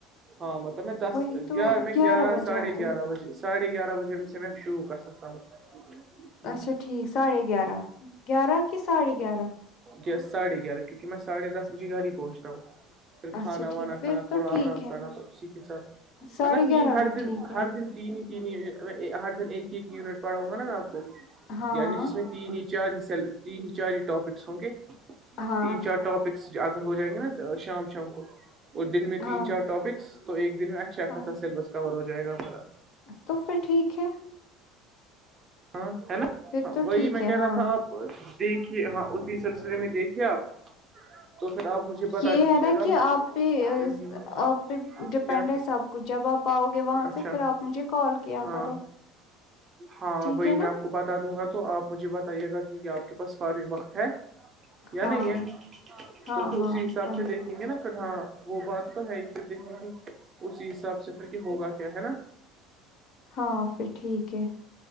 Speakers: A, on the right (about 20°); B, on the left (about 45°).
A: ہاں مطلب میں دس
B: وہی تو
A: گیار
B: آپ
A: میں گیارہ
B: بجے
A: ساھے
B: آتے
A: گیارہ
B: ہو۔
A: بجے ساڑھے گیارہ بجے میں سے میں شو کر سکتا ہوں
B: اچھا ٹھیک ساڑھے گیارہ گیارہ کہ ساڑے گیارہ
A: گیس ساھے گیارہ کیوںکہ میں سڑھے دس بجے گھر ہی پہنچتا ہوں پھر
B: اچھا
A: کھانا
B: ٹھیک
A: وانا کھانا
B: پھر
A: تھوڑا
B: تو ٹھیک
A: آرام
B: ہے
A: کرنا تو اسی کے ساتھ
B: ساڑھے
A: اگر تی
B: گیارہ
A: ہر
B: بجے
A: دن
B: ٹھیک ہے
A: ہر دن تین نہیں ت ہر دن ایک ایک یونٹ پڑاؤں گا نا میں آپ کو
B: ہاں
A: یعنی جس میں تین ہی چار ہی تین ہی چار ہی ٹاپکس ہوں گے
B: ہاں
A: تین چار ٹاپکس ہو جائیں گے نا شام شام کو اور دن میں تین
B: ہاں
A: چار ٹاپکس تو ایک دن میں اچھا
B: ہاں
A: خاصا سیلبس کور ہو جائے گا ہمارا
B: تو پھر ٹھیک ہے
A: ہاں ہے نا
B: پھر تو
A: وہی
B: ٹھیک
A: میں کہہ
B: ہے ہاں
A: رہا تھا اب دیکھیے ہاں اسی سلسلے میں دیکھیے آپ تو پھر آپ مجھے بتا
B: یہ
A: دیجیے
B: ہے نا
A: گا
B: کہ آپ پہ
A: ہ
B: آپ پہ ڈپینڈ
A: کیا
B: ہے سب جب آپ آؤ گے وہاں
A: اچھا
B: سے پھر آپ مجھے کال کیا
A: ہاں
B: کرو
A: ہاں
B: ٹھیک
A: وہی
B: ہے نا
A: میں آپ کو بتا دوں گا تو آپ مجھے بتائیے گا کی کیا آپ کے پاس فارغ وقت ہے یا
B: ہاں
A: نہیں ہے
B: ہاں
A: تو پھر
B: ہاں
A: اسی حساب
B: وہی
A: سے دیکھ دیکھیں گے نا پھر ہاں وہ بات تو ہے ہی پھر دیکھیں گے اسی حساب سے پھر کہ ہوگا کیا ہے نا
B: ہاں پھر ٹھیک ہے